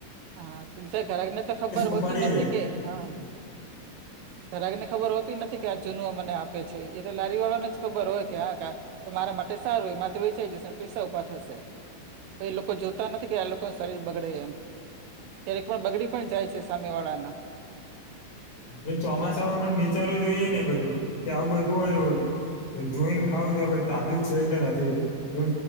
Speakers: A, on the right; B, on the left.
A: હા બિચાર ગ્રાહકને તો ખબર
B: પડી
A: હોતી નથી
B: રહે
A: કે હા
B: <unintelligible>
A: ગ્રાહક ને ખબર હોતી નથી કે આ જૂનું મને આપે છે એ તો લારી વાળા ને જ ખબર હોય કે હા તો મારા માટે સારું એ મા તો વેચાઈ જશે ને પૈસા ઊભા થશે તો એ લોકો જોતા નથી કે આ લોકોનુ શરીર બગડે એમ ક્યારેક પણ બગડી પણ જાય છે સામે વાળા ના
B: એ ચોમાસામાં પણ વિચારવું જોઈએ ને બધું કે આવું બધું હોય જોઈને ખાવું જોઈ તાજું છે કે નથી એમ